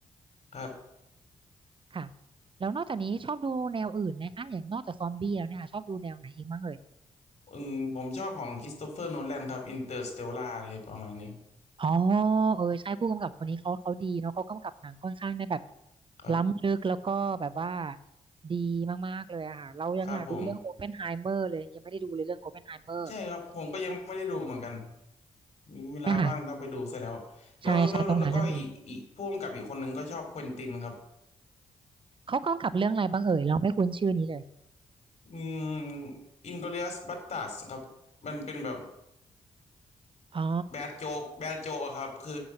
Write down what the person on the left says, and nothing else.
ครับ
อืมผมชอบของค h ิสโตเฟอร์โนแลนครับอินเตอร์สเตลล่าอะไรประมาณนี้
ครับ
ครับผมใช่ครับผมก็ยังไม่ได้ดูเหมือนกันมีเวลาว่างต้องไปดูซะแล้วแล้วแล้วแล้วก็อีกอีกพ่วงกับอีกคนหนึ่งก็ชอบเควินตินครับ
อืมอินกลอริอัสบัสตาร์ดครับมันเป็นแบบ
แบดโจกแบดโจกอะครับคือ